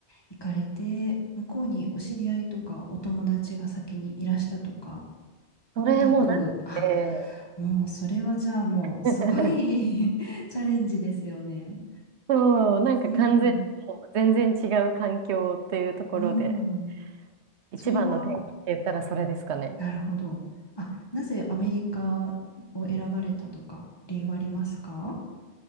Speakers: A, on the left; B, on the right.
A: 行かれて、向こうにお知り合いとかお友達が先にいらしたとか
B: それもなくて、
A: もなく、あ、もうそれはじゃあもうすごい
B: <laughs>
A: <laughs> チャレンジですよね。
B: そう、なんか完全にもう全然違う環境っていうところで、
A: うん、うん。
B: 一番の転機って言ったらそれですかね。
A: それは、なるほど。あ、なぜアメリカを選ばれたとか理由はありますか